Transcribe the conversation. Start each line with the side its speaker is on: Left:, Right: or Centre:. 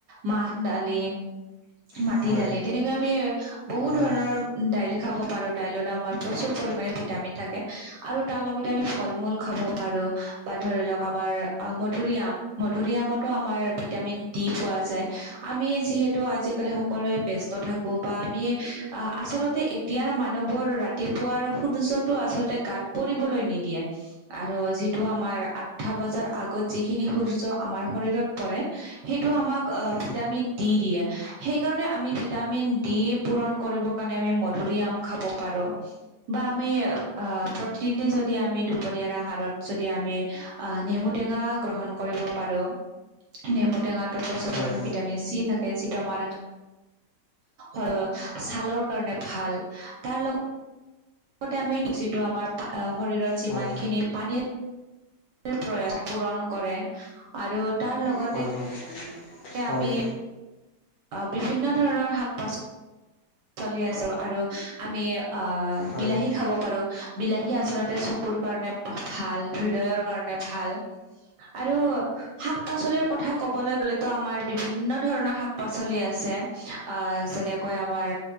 Right: মাহ, দালি, মাটি
Left: প্ৰতিদিনে মতো আমাৰ ভিটামিন ডি পোৱা
Right: দালি তেনেকে আমি বহুত ধৰণৰ
Left: যায় আমি যিহেতু আজিকালি সকলোৱে ব্যস্ত থাকোঁ বা
Right: দাইলে খাব পাৰো, দাইলত আমাৰ প্ৰচুৰ পৰিমাণে ভিটামিন থাকে। আৰু তাৰ লগতে আমি ফল-মূল খাব পাৰোঁ বা, ধৰি লওক আমাৰ মধুৰিআম, মধুৰিআমত ত' আমাৰ ভিটামিন ডি পোৱা যায়। আমি যিহেতু আজিকালি সকলোৱে ব্যস্ত থাকোঁ, বা আমি আহ আচলতে এতিয়াৰ মানুহবোৰ ৰাতিপুৱাৰ সূৰ্য্যত টো আচলতে গাত পৰিবলৈ নিদিয়ে, আৰু যি টো আমাৰ আঠতা বজাৰ আগত যিখিনি সূৰ্য আমাৰ শৰীৰত পৰে, সেইটো আমাক অ',
Left: যিয়ে ডি দিয়ে সেইকাৰণে আমি ডি পূৰণ কৰিব কাৰণে
Right: ভিটামিন দি দিয়ে। সেইকাৰণে আমি ভিটামিন ডি পূৰণ কৰিব কাৰণে আমি মধুৰিআম খাব পাৰোঁ। বা আমি আহ প্ৰতিদিনে যদি আমি দুপৰীয়াৰ আহাৰত যদি আমি আহ নেমু টেঙা গ্ৰহণ কৰিব পাৰোঁ। নেমু টেঙাটো প্ৰচুৰ
Left: হয়
Right: পৰিমাণে ভিটামিন চি থাকে, যিটো আমাৰ ছালৰ কাৰণে ভাল, তাৰ লগত লগতে আমি যিটো আমাৰ শৰীৰত যি
Left: হয়
Right: পানীখিনি, পানীত প্ৰয়োগ পূৰণ কৰে, আৰু তাৰ লগতে
Left: হয় হয়।
Right: এ,
Left: হয়
Right: আমি অ' বিভিন্ন ধৰণৰ শাক-পাচলি চলি আছোঁ আৰু আমি আহ,
Left: হয়
Right: বিলাহী
Left: হয়
Right: খাব পাৰোঁ। বিলাহী আচলতে চকুৰ কাৰণে ভাল, হৃদয়ৰ কাৰণে ভাল। আৰু শাক-পাচলিৰ কথা কবলৈ গ'লেতো আমাৰ বিভিন্ন ধৰণৰ শাক-পাচলি আছে। অ', যেনেকৈ আমাৰ